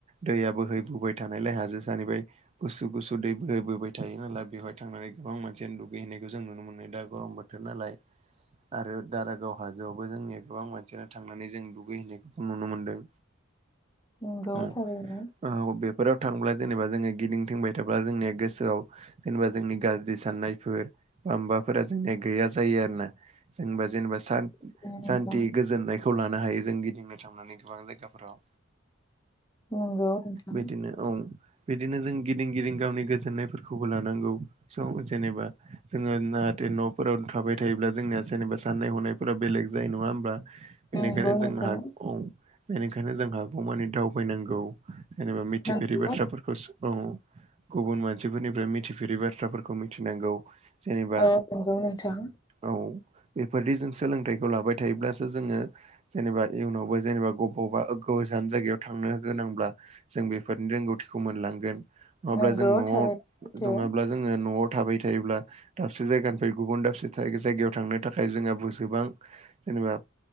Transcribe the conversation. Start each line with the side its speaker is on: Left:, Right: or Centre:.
Right: दैया बोहैबोबाय थानायलाय हाजो सानिबाय गुसु गुसु दै बोहैबाय थायो नाय बेवहाय थांनानै गोबां मानसिानो दुगैहैायखौ जों नुनो मोनो दा गरम बोथोर नालाय
Left: <inaudible>
Right: आरो दारागाव हाजोआवबो जोंनि गोबां मानसियानो थांनानै जों दुगैहैनायखौ नुनो मोनदों।
Left: नंगौथारैनो
Right: औ बेफोराव थांब्ला जेनेबा जोङो गिदिं थंबाय थाब्ला जोंनिया गोसोआव। जेनेबा जोंनि गाज्रि साननायफोर बा माबाफोरा जोंनिया गैया जायो आरो ना जेनबा जेनेबा
Left: नोंथां
Right: सान्ती गोजोननायखौ लानो हायो। जों गिदिंनो थांनानै गोबां जायगाफोराव
Left: नंगौ नोंथां
Right: बिदिनो औ बिदिनो जों गिदिं गिदिं गावनि गोजोननायफोरखौबो लानांगौ सम जेनेबा जोङो जाहाथे न'फोराव थाबाय थायोब्ला जोंनिया जेनेबा साननाय हनायफोरा बेलेग जायो नङा होमबा। बेनिखायनो
Left: नंगौ
Right: जों
Left: नोंथां
Right: हा बेनिखायनो जों हाखौ मानि दावबायनांगौ। जेनेबा मिथिफेरि
Left: नंगौ
Right: बाथ्राफोरखौ औ गुबुन मानसिफोरनिफ्राय मिथिफेरै बाथ्राफोरखौ मिथिनांगौ जेनेबा
Left: औ नंगौ नोंथां।
Right: औ बेफोरदि जों सोलोंथाइखौ लाबाय थायोब्लासो जोङो। जेनेबा इयुनावबो जेनेबा बबावबा गोजान जायगायाव थांनो गोनांब्ला जों बेफोरनि रोंगौथिखौ मोनलांगोन नङाब्ला
Left: नंगौ
Right: जों न'आव
Left: थारैनो सैथो
Right: जङाब्ला जोङो न'आव थाबाय थायोब्ला दाबसे जायगानिफ्राय गुबुन दाबसे थाय जायगायाव थांनो थाखाय जोंहा जेसेबां जेनेबा